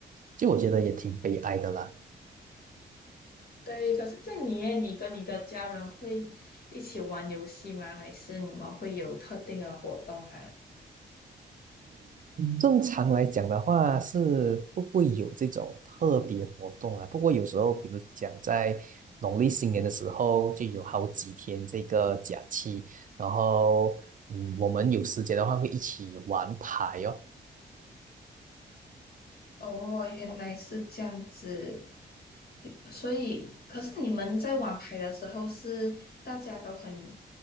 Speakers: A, on the right; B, on the left.
A: 就我觉得也挺悲哀的啦。
B: 对，可是像你耶你跟你的家人会一起玩游戏吗？还是你们会有特定的活动啊？
A: 正常来讲的话是不会有这种特别活动啦。不过有时候，比如讲在农历新年的时候，就有好几天这个假期，然后嗯，我们有时间的话会一起玩牌哦。
B: 哦，原来是这样子，所以，可是你们在玩牌的时候是大家都很